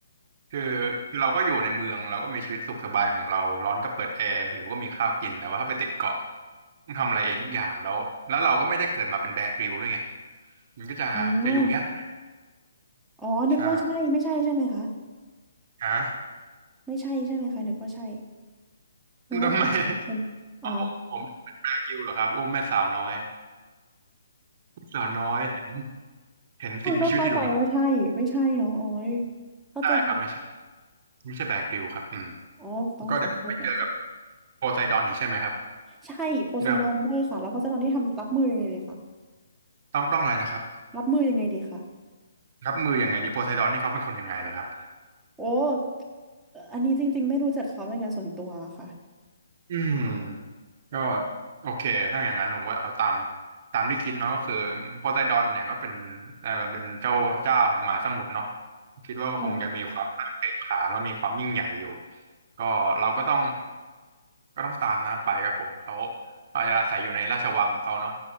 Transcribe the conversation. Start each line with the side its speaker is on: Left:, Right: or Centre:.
Right: คือคือเราก็อยู่ในเมืองเราก็มีชีวิตสุขสบายของเราร้อนก็เปิดแอร์หิวก็มีข้าวกินแต่ว่าถ้าไปติดเกาะต้องทำอะไรเองทุกอย่างแล้วแล้วเราก็ไม่ได้เกิดมาเป็นแบร์กริลด้วยไงมันก็จะจะอยู่ยาก
Centre: อ๋ออ๋อนึกว่าใช่ไม่ใช่ใช่ไหมคะ
Right: ใช่ฮะ
Centre: ไม่ใช่ใช่ไหมคะนึกว่าใช่นึกว่าเป็นเป็นอ๋อ
Right: ทำไมอ๋อผมผมเป็นแบร์กริลเหรอครับโอ้แม่สาวน้อยแม่สาวน้อยเห็นเห็นสิ่งมีชีวิตที่อยู่ตรงนั้น
Centre: ต้องก็เข้าใจว่าใช่ ไม่ใช่เนาะโอ้ยเข้าใจผิด
Right: ได้ครับไม่ใช่ไม่ใช่แบร์กริลครับอืม
Centre: อ๋อต้องขอโทษนะคะ
Right: แล้วก็เดี๋ยวไปเจอกับโพไซดอนอีกใช่ไหมครับ
Centre: ใช่โพไซดอนด้วยค่ะแล้วโพไซดอนนี่ทำรับมือยังไงดีคะ
Right: เดี๋ยวต้องต้องอะไรนะครับ
Centre: รับมือยังไงดีคะ
Right: รับมือยังไงดีโพไซดอนนี่เขาเป็นคนยังไงเหรอครับ
Centre: โอ้เอ่ออันนี้จริงๆไม่รู้จักเขาเป็นการส่วนตัวค่ะ
Right: อืมก็โอเคถ้าอย่างนั้นผมก็เอาตามตามที่คิดเนาะก็คือโพไซดอนเนี่ยก็เป็นเอ่อเป็นเจ้าเจ้าแห่งมหาสมุทรเนาะคิดว่าคงจะมีความเก่งขามแล้วมีความยิ่งใหญ่อยู่
Centre: ใช่ค่ะ
Right: ก็เราก็ต้องก็ต้องตามน้ำไปครับผมเขาอาจจะอาศัยอยู่ในราชวังของเขาเนาะ